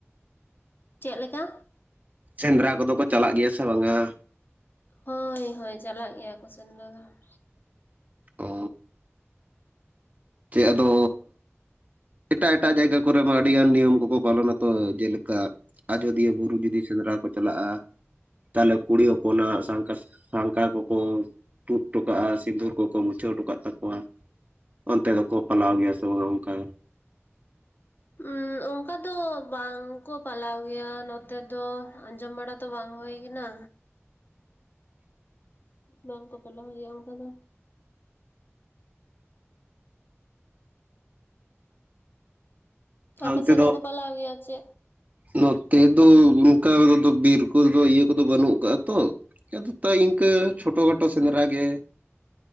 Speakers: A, on the left; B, on the right.
A: ᱪᱮᱫ ᱞᱮᱠᱟ?
B: ᱥᱮᱸᱫᱽᱨᱟ ᱠᱚᱫᱚ ᱠᱚ ᱪᱟᱞᱟᱜ ᱜᱮᱭᱟ ᱥᱮ ᱵᱟᱝᱼᱟ?
A: ᱦᱳᱭ ᱦᱳᱭ, ᱪᱟᱞᱟᱜ ᱜᱮᱭᱟ ᱠᱚ ᱥᱮᱸᱫᱽᱨᱟ ᱫᱚ ᱾
B: ᱚ ᱪᱮᱫ ᱟᱫᱚ ᱮᱴᱟᱜ ᱮᱴᱟᱜ ᱡᱟᱭᱜᱟ ᱠᱚᱨᱮᱢᱟ ᱟᱹᱰᱤ ᱜᱟᱱ ᱱᱤᱭᱚᱢ ᱠᱚᱠᱚ ᱯᱟᱞᱚᱱᱟᱛᱚ ᱡᱮᱞᱮᱠᱟ ᱟᱡᱚᱫᱤᱭᱟᱹ ᱵᱩᱨᱩ ᱡᱩᱫᱤ ᱥᱮᱸᱫᱽᱨᱟ ᱠᱚ ᱪᱟᱞᱟᱜᱼᱟ ᱛᱟᱦᱚᱞᱮ ᱠᱩᱲᱤ ᱦᱚᱯᱚᱱᱟᱜ ᱥᱟᱝᱠᱟ ᱥᱟᱝᱠᱟ ᱠᱚᱠᱚ ᱛᱩᱫ ᱴᱚᱠᱟᱜᱼᱟ ᱥᱤᱸᱫᱩᱨ ᱠᱚᱠᱚ ᱢᱩᱪᱷᱟᱹᱣ ᱦᱚᱴᱚᱠᱟᱜ ᱛᱟᱠᱚᱣᱟ ᱚᱱᱛᱮ ᱫᱚ ᱠᱚ ᱯᱟᱞᱟᱣ ᱜᱮᱭᱟ ᱥᱮᱵᱟᱝ ᱚᱱᱠᱟ?
A: ᱩᱸ ᱚᱱᱠᱟ ᱫᱚ ᱵᱟᱝ ᱠᱚ ᱯᱟᱞᱟᱣ ᱜᱮᱭᱟ ᱱᱚᱛᱮ ᱫᱚ ᱟᱸᱡᱚᱢ ᱵᱟᱲᱟ ᱛᱚ ᱵᱟᱝ ᱦᱩᱭ ᱠᱟᱱᱟ ᱵᱟᱝ ᱠᱚ ᱯᱟᱞᱟᱣ ᱜᱮᱭᱟ ᱚᱝᱠᱟᱫᱚ
B: ᱟᱨ
A: ᱟᱯᱮ
B: ᱚᱱᱛᱮ
A: ᱥᱮᱱ ᱢᱟᱠᱚ
B: ᱫᱚ
A: ᱯᱟᱞᱟᱜ ᱜᱮᱭᱟ ᱪᱮ
B: ᱱᱚᱛᱮ ᱫᱚ ᱚᱱᱠᱟ ᱫᱚ ᱵᱤᱨ ᱠᱚᱫᱚ ᱤᱭᱟᱹ ᱠᱚᱫᱚ ᱵᱟᱹᱱᱩᱜ ᱟᱠᱟᱜ-ᱟ ᱛᱚ ᱟᱫᱚ ᱛᱟᱭ ᱤᱱᱠᱟᱹ ᱪᱷᱳᱴᱳ ᱠᱷᱟᱴᱚ ᱥᱮᱸᱫᱽᱨᱟ ᱜᱮ